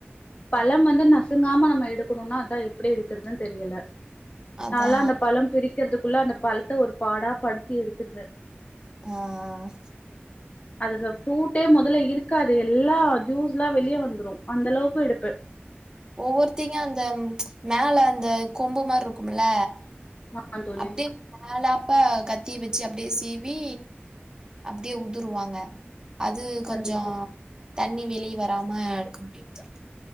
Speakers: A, on the left; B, on the right.
A: பழம் வந்து நசு ங்காம நம்ம எடுக்கணுனா அதா எப்டி எடுக்கறதுன் தெரியல
B: அதா
A: நால்லா அந்த பழம் பிரி க்கிறதுக்குள்ள அந்த பழத்த ஒரு பாடா படுத்தி எடுத்திருவ
B: ஆ ஆ
A: அதுதா பூட்டே மொதல்ல இரு க்காது எல்லா ஜூஸ்ல்லா வெளிய வந்துரு அந்த அளவுக்கு இடுப்பு
B: ஒவ்வொருத்திங்க அந்த ப்ச் மேல அந்த கொம்பு மாரி இருக்குமல்ல
A: ஆமா தோழி
B: அப்டியே மேல அப்பா கத்திய வெச்சு அப்டியே சீவி அப்டியே உதிருவாங்க அது
A: சரிங்க
B: கொஞ்சோ
A: தோழி
B: தண்ணி வெளிய வராம எடுக்க முடியு கோழி